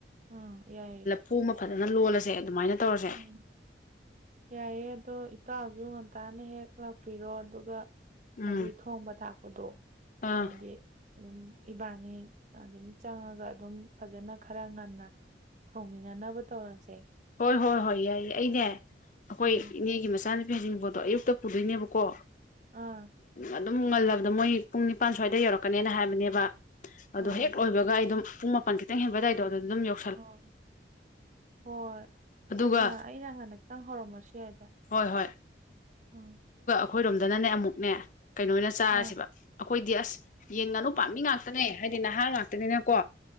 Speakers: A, on the right; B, on the left.
A: ꯑꯥ ꯌꯥꯏꯌꯦ
B: ꯐꯨ ꯑꯃ ꯐꯖꯅ ꯂꯣꯜꯂꯁꯦ ꯑꯗꯨꯃꯥꯏꯅ ꯇꯧꯔꯁꯦ
A: ꯎꯝ ꯌꯥꯏꯌꯦ ꯑꯗꯣ ꯏꯇꯥꯎꯁꯨ ꯉꯟꯇꯥꯅ ꯍꯦꯛ ꯂꯥꯛꯄꯤꯔꯣ ꯑꯗꯨꯒ
B: ꯎꯝ
A: ꯑꯗꯩ ꯊꯣꯡꯕ ꯊꯥꯛꯄꯗꯣ
B: ꯑꯥ
A: ꯍꯥꯏꯗꯤ ꯑꯗꯨꯝ ꯏꯕꯥꯅꯤ ꯑꯗꯒꯤ ꯆꯪꯉꯒ ꯑꯗꯨꯝ ꯐꯖꯅ ꯈꯔ ꯉꯟꯅ ꯊꯣꯡꯃꯤꯟꯅꯅꯕ ꯇꯧꯔꯁꯦ
B: ꯍꯣꯏ ꯍꯣꯏ ꯍꯣꯏ ꯌꯥꯏꯌꯦ ꯑꯩꯅꯦ ꯑꯩꯈꯣꯏ
A: ꯎꯝ
B: ꯏꯅꯦꯒꯤ ꯃꯆꯥꯅꯨꯄꯤ ꯍꯩꯖꯤꯡꯄꯣꯠꯇꯣ ꯑꯌꯨꯛꯇ ꯄꯨꯗꯣꯏꯅꯦꯕꯀꯣ
A: ꯑꯥ
B: ꯑꯗꯨꯝ ꯉꯜꯂꯕꯗ ꯃꯣꯏ ꯄꯨꯡ ꯅꯤꯄꯥꯟ ꯁ꯭ꯋꯥꯏꯗ ꯌꯧꯔꯛꯀꯅꯦꯅ ꯍꯥꯏꯕꯅꯦꯕ ꯑꯗꯣ
A: ꯑꯥ
B: ꯍꯦꯛ ꯂꯣꯏꯕꯒ ꯑꯩꯗꯨꯝ ꯄꯨꯡ ꯃꯥꯄ ꯈꯤꯇꯪ ꯍꯦꯟꯕ ꯑꯗꯨꯋꯥꯏꯗꯣ ꯑꯗꯨ ꯑꯗꯨꯝ ꯌꯧ
A: ꯑ ꯍꯣꯏ
B: ꯑꯗꯨꯒ
A: ꯑꯩꯅ ꯑꯩꯅ ꯍꯥꯟꯅ ꯆꯪ ꯍꯧꯔꯝꯃꯁꯨ ꯌꯥꯏꯗ
B: ꯍꯣꯏ ꯍꯣꯏ
A: ꯎꯝ
B: ꯑꯩꯈꯣꯏꯔꯣꯝꯗꯅꯅꯦ ꯑꯃꯨꯛꯅꯦ ꯀꯩꯅꯣ ꯑꯣꯏꯅ ꯆꯥꯔꯁꯦꯕ
A: ꯑꯥ
B: ꯑꯩꯈꯣꯏ ꯑꯈꯣꯏꯗꯤ ꯑꯁ ꯌꯦꯟ ꯉꯥꯅꯨ ꯄꯥꯝꯕꯤ ꯉꯥꯛꯇꯅꯦ ꯍꯥꯏꯗꯤ ꯅꯍꯥ ꯉꯥꯛꯇꯅꯤꯅꯀꯣ